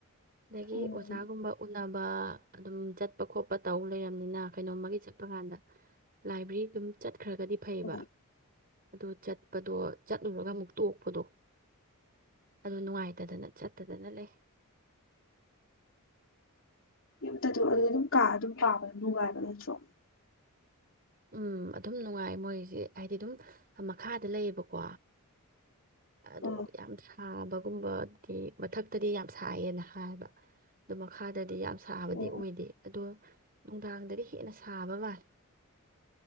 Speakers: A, on the right; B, on the left.
A: ꯑꯗꯒꯤ
B: ꯍꯣꯏ
A: ꯑꯣꯖꯥꯒꯨꯝꯕ ꯎ ꯆꯠꯅꯕ ꯑꯗꯨꯝ ꯆꯠꯄ ꯈꯣꯠꯄ ꯇꯧ ꯂꯩꯔꯕꯝꯅꯤꯅ ꯀꯩꯅꯣꯝꯃ ꯆꯠꯄ ꯀꯥꯟꯗ ꯂꯥꯏꯕ꯭ꯔꯦꯔꯤ ꯑꯗꯨꯝ ꯆꯠ ꯈ꯭ꯔꯒꯗꯤ ꯐꯩꯌꯦꯕ
B: ꯍꯣꯏ
A: ꯑꯗ ꯍ ꯆꯠꯄꯗꯣ ꯆꯠꯂꯨꯔꯒ ꯑꯃꯨꯛꯇ ꯄꯣꯛꯄꯗꯣ ꯑꯗꯨ ꯅꯨꯡꯉꯥꯏꯇꯗꯅ ꯆꯠꯇꯗꯅ ꯂꯩ
B: ꯌꯝꯇꯗ ꯑꯗꯨꯝ ꯀ ꯑꯗꯨꯝ ꯄꯥꯕꯗꯣ ꯅꯨꯡꯉꯥꯏꯕꯗꯣ ꯆ
A: ꯎꯝ ꯑꯗꯨꯝ ꯅꯨꯡꯉꯥꯏ ꯃꯣꯏꯁꯦ ꯍꯥꯏꯗꯤ ꯑꯗꯨꯝ ꯃꯈꯥꯗ ꯂꯩꯌꯦꯕꯀꯣ ꯑꯗꯨꯣ
B: ꯑꯥ
A: ꯌꯥꯝꯗ꯭ꯔꯥ ꯊꯥꯕꯒꯨꯝꯕꯗꯤ ꯃꯊꯛꯇꯗꯤ ꯌꯥꯝ ꯁꯥꯏꯌꯦꯅ ꯍꯥꯏꯕ ꯑꯗꯨ ꯃꯈꯥꯗꯗꯤ ꯌꯥꯝ ꯁꯥꯕꯗꯤ
B: ꯑꯣ
A: ꯑꯣꯏꯗꯦ ꯑꯗꯣ ꯅꯨꯡꯗꯥꯡꯗꯗꯤ ꯍꯦꯟꯅ ꯁꯥꯕ ꯃꯥꯜꯂꯤ